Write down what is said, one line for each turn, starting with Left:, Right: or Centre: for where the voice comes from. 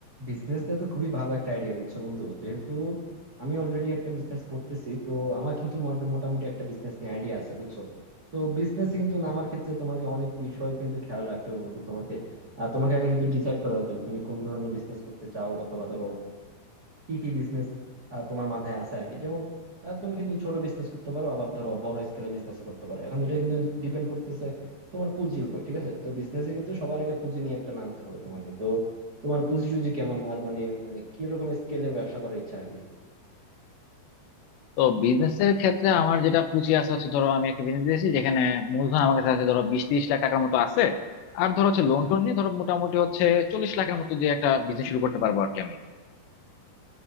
Right: বিজনেস দেওয়া তো খুবই ভালো একটা আইডিয়া বুঝছো বন্ধু যেহেতু আমি অলরেডি একটা বিজনেস করতেছি তো আমার কিন্তু মোট- মোটামুটি একটা বিজনেস নিয়ে আইডিয়া আছে বুঝছো তো বিজনেস কিন্তু নামার ক্ষেত্রে তোমাকে অনেক বিষয় কিন্তু খেয়াল রাখতে হবে বন্ধু তোমাকে আর তোমাকে আগে কিন্তু ডিসাইড করা লাগবে যে তুমি কোন ধরনের বিজনেস করতে চাও অথবা ধরো কি কি বিজনেস তোমার মাথায় আছে আর কি যেমন আহ, তুমি কিন্তু ছোট বিজনেস করতে পারো আবার ধরো বড় স্কেলে বিজনেস করতে পারো এখন এটা কিন্তু ডিপেন্ড করতেছে তোমার পুঁজির উপর ঠিক আছে তো বিজনেসে কিন্তু সবার আগে পুঁজি নিয়ে একটা নামতে হবে তোমাকে তো তোমার পুঁজি টুজি কেমন আর মানে মানে কি রকম স্কেলের ব্যবসা করার ইচ্ছা আর কি
Left: তো বিজনেসের ক্ষেত্রে আমার যেটা পুঁজি আছে হচ্ছে ধরো আমি একটা বিজনেস দিয়েছি যেখানে মূলধন আমার কাছে আছে ধরো বিশ তিরিশ লাখ টাকার মতো আছে আর ধরো হচ্ছে লোন টোন নিয়ে ধরো মোটামুটি হচ্ছে চল্লিশ লাখের মতো দিয়ে একটা বিজনেস শুরু করতে পারবো আর কি আমি